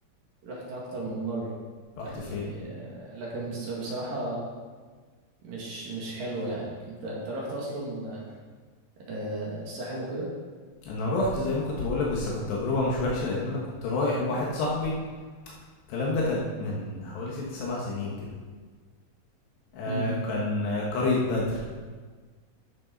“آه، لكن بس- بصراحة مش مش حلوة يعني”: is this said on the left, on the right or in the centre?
Right